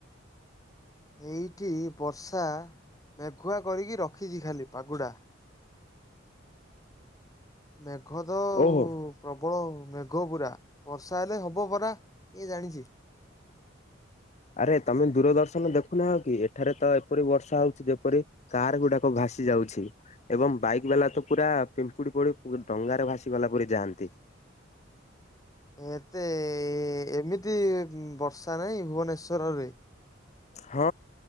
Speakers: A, on the left; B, on the left.
A: ଏଇଠି ବର୍ଷା ମେଘୁଆ କରିକି ରଖିଛି ଖାଲି ପଗଟା ମେଘ ତ
B: ଓହୋ।
A: ପ୍ରବଳ ମେଘ ପୂରା ବର୍ଷା ହେଲେ ହେବ ପରା କିଏ ଜାଣିଛି
B: ଆରେ ତମେ ଦୂରଦର୍ଶନ ଦେଖୁନାହକି ଏଠାରେ ତ ଏପରି ବର୍ଷା ହଉଛି ଯେପରି କାର ଗୁଡାକ ଭାସି ଯାଉଛି ଏବଂ ବାଇକ ବାଲା ତ ପୁରା ପିମ୍ପୁଡି ପଡି ଡଙ୍ଗାରେ ଭାସି ଗଲା ପରୀ ଯାଆନ୍ତି
A: ଏତେ ଏମିତି ବର୍ଷା ନାହିଁ ଭୁବନେଶ୍୍ୱରରେ
B: ହଁ